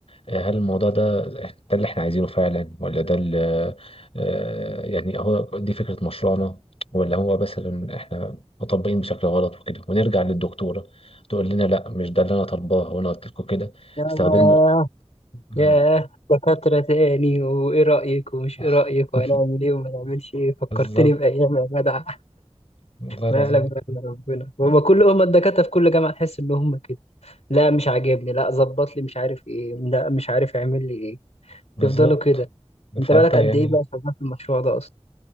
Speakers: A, on the left (about 60°); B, on the left (about 80°).
A: هل الموضوع ده ده اللي احنا عايزينه فعلا ولا ده اللي آه، يعني هو دي فكرة مشروعنا ولا هو مثلا احنا مطبقين بشكل غلط وكده ونرجع للدكتورة تقول لنا لا مش ده اللي انا طالباه وانا قلت لكم كده
B: ياه
A: استخدمه مم.
B: ياه دكاترة تاني وإيه رأيك ومش
A: <laughs>
B: إيه رأيك وهنعمل إيه وما نعملش إيه فكرتني
A: بالظبط
B: بأيام يا جدع
A: والله العظيم
B: ما يعلم بها إلا ربنا هما كل هما الدكاترة في كل جامعة تحس إن هما كده لا مش عاجبني لا ظبط لي مش عارف إيه لا مش عارف اعمل لي إيه
A: بالظبط
B: تفضلوا كده أنت
A: فانت
B: بالك
A: يعني
B: قد إيه بقى شغال في المشروع ده أصلا